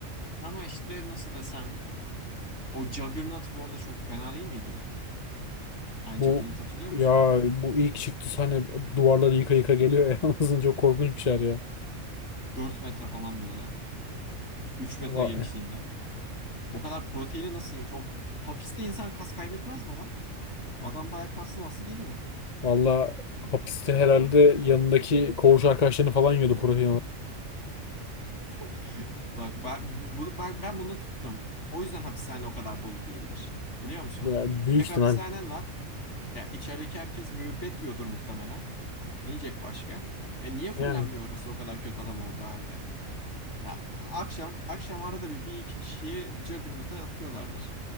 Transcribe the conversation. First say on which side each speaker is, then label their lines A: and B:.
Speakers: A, on the left; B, on the left.
A: ama işte nasıl desem o Juggernaut bu arada çok fena değil miydi? Yani
B: Bu
A: Juggernaut hatırlıyor
B: ya
A: musun?
B: bu ilk çıktı sahne duvarları yıka yıka geliyor ya. <laughs> Aslında çok korkunç bir şeyler ya.
A: 4 metre falan böyle. 3 metre
B: Va-
A: genişliğinde. Ay, O kadar proteini nasıl yemiş? O hapiste insan kas kaybetmez mi lan? Adam bayağı kaslı masası geliyor.
B: Valla hapiste herhalde yanındaki koğuş arkadaşlarını falan yiyordu protein olarak.
A: <laughs> Bak ben bu- bunu ben, ben bunu tuttum. O yüzden hapishane o kadar dolu değildir. Biliyor musun?
B: Ya büyük
A: Tek
B: ihtimal.
A: hapishanen var. E, içerideki herkes müebbet yiyordur muhtemelen. Ne yiyecek başka? E niye fullenmiyor
B: Yani
A: orası o kadar kötü adam olduğu halde? Ya, akşam akşam arada bir, bir iki kişiyi Juggernaut'a atıyorlardır.